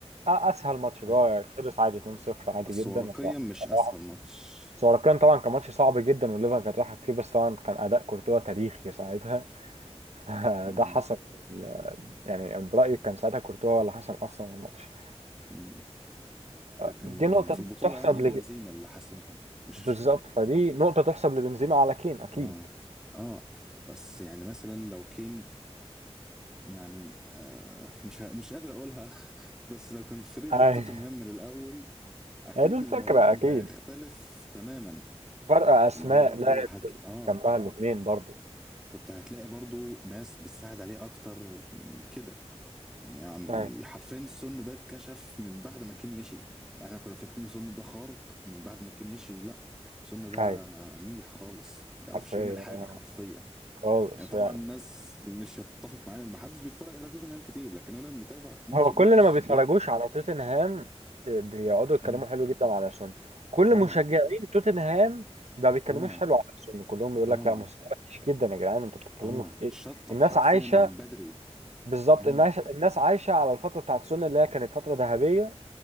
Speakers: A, on the right; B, in the centre.
A: اسهل ماتش اللي
B: آه.
A: هو خلص عادي 2-0 عادي
B: بس
A: جدا
B: ورقيا
A: ولا واحد
B: مش اسهل ماتش
A: بس هو كان طبعا كان ماتش صعب جدا والليفر كانت رايحه كتير بس طبعا كان اداء كورتوا تاريخي ساعتها <laughs>
B: اه
A: ده حسم ال- يعني برايي كان ساعتها كورتوا هو اللي حسم اصلا الماتش
B: مم. لكن
A: دي نقطه
B: في البطولة
A: تحسب
B: يعني بنزيما
A: لج...
B: اللي حاسمها مش
A: بالظبط فدي نقطه تحسب لبنزيما على كين اكيد
B: اه اه بس يعني مثلا لو كين يعني آه مش ه- مش قادر اقولها <laughs> بس لو كان في فريق
A: أي-
B: غير توتنهام من الاول اكيد
A: هي دي الفكره
B: الموضوع كان
A: اكيد
B: هيختلف تماما
A: فرق اسماء
B: لان هو برضو
A: لا
B: هت... اه
A: جنبها الاثنين برضو
B: كنت هتلاقي برضو ناس بتساعد عليه اكتر من كده يعني
A: ايوه
B: حرفيا السن ده اتكشف من بعد ما كين مشي يعني احنا كنا فاكرين السن ده خارق من بعد ما كين مشي لا السن ده
A: ايوه
B: ميح خالص ما بيعرفش
A: حرفيا
B: يعمل حاجة
A: آه.
B: حرفيا
A: خالص
B: يعني طبعا
A: يعني
B: الناس مش هتتفق معايا ان محدش بيتفرج على توتنهام كتير لكن انا متابع ماتش
A: هو
B: ماتش
A: كل اللي ما بيتفرجوش
B: لا
A: على توتنهام آه، بيقعدوا يتكلموا
B: مم.
A: حلو جدا على سون كل
B: اه
A: مشجعين توتنهام ما بيتكلموش
B: اه
A: حلو على سون كلهم بيقول
B: اه
A: لك لا مستوى وحش جدا يا جدعان انتوا بتتكلموا
B: اه
A: في ايه
B: شطف
A: الناس
B: حرفيا
A: عايشه
B: من بدري
A: بالظبط
B: اه
A: الناس الناس عايشه على الفتره بتاعت سون اللي هي كانت فتره ذهبيه